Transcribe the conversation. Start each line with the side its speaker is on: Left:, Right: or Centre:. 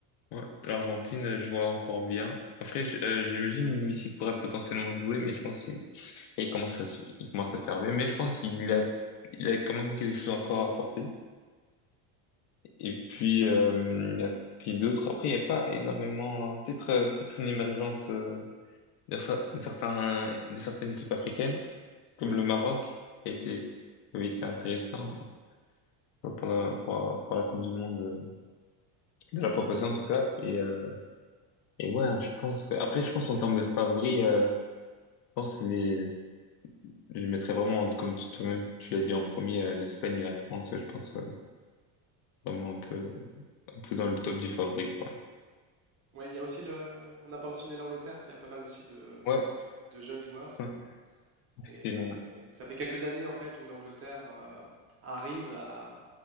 Left: Ouais, l'Argentine, euh, je vois encore bien. Après, je- euh, j'imagine que Messi pourrait potentiellement jouer, mais je pense qu'il il commence à, se- il commence à faire vieux. Mais je pense qu'il a, il a quand même quelque chose encore à apporter. Et puis, euh, il y a qui d'autres. Après, il n'y a pas énormément, euh, peut-être, euh, peut-être une émergence, euh, de, cer- de certains, de certaines équipes africaines, comme
Right: Oui.
Left: le Maroc, qui a été, qui avait été intéressant pour la, pour, pour la Coupe du Monde. euh, de la fois passée en tout cas. Et, euh, et ouais, je pense que après, je pense en termes de favoris, euh, je pense les, je mettrais vraiment comme tu- toi-même tu l'as dit en premier, euh, l'Espagne et la France. Je pense ouais, vraiment un peu, un peu dans le top du favori quoi.
Right: Ouais, il y a aussi le, on n'a pas mentionné l'Angleterre qui a pas mal aussi de,
Left: Ouais,
Right: de jeunes joueurs.
Left: ouais, effectivement.
Right: Et ça fait quelques années en fait où l'Angleterre euh, arrive à,